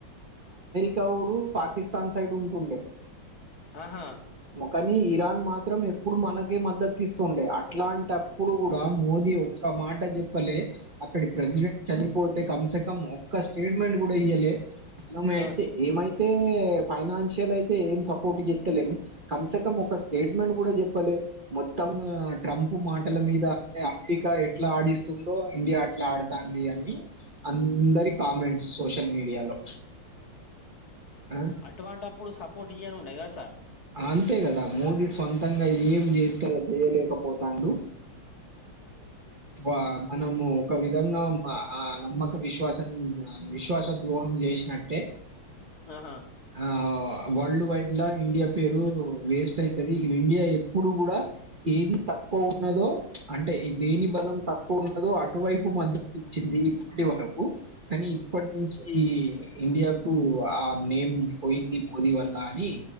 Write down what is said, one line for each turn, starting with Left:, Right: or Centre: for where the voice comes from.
Right: కా వోడు పాకిస్తాన్ సైడ్ ఉంటుండే
Left: ఆహా
Right: మా కానీ ఇరాన్ మా త్రం ఎప్పుడు మనకి మద్దతు ఇస్తుండే అ అట్లాంటప్పుడు కూడా మోదీ ఒక్క మాట చెప్పలే అక్కడి ప్రెసిడెంట్
Left: ఉమ్,
Right: చని పోతే కమ్ సెక్ ఇ మొక్క స్టేట్మెంట్ కూడా ఇయ్యాలే మనమ అయితే
Left: ఆ
Right: ఏమైతే ఫైనాన్షియల్ అయితే ఏం సపోర్ట్ చేత్తలేం కంశకం
Left: ఉమ్,
Right: ఒక స్టేట్ మేడ్ కూడా చెప్పాలి మొత్తము ట్రం ప్ మాటల మీద అంటే అమెరికా ఏ ఎట్లా ఆడిస్తుందో ఇండియా అట్లా ఆడుతాంది అని అందరి కామెంట్స్ సోషల్ మీడియాలో హ్
Left: అటువంటప్పుడు సపోర్ట్ ఇయ్యనుండే కదా సార్
Right: అంతే కదా మోదీ సొంతంగా ఏం చెత్తే అది చేయలేకపోతాండు వా మనము ఒక విధంగా ఆ నమ్మక విశ్వాసం విశ్వాస ద్రోహం చేసినట్టే
Left: ఆహా
Right: ఆ వరల్డ్ వైడ్ లా ఇండియా పేరు వేస్ట్ అయి తది ఇండియా ఎప్పుడు కూడా ఏది తక్కువ ఉన్నదో అంటే దేని బలం తక్కువ ఉన్నదో అటువైపు మద్దతు ఇచ్చింది ఇప్పటి వరకు కానీ ఇప్పటి నుంచి
Left: ఉమ్.
Right: ఈ ఇండియాకు ఆ నేమ్ పోయింది మోదీ వల్ల అని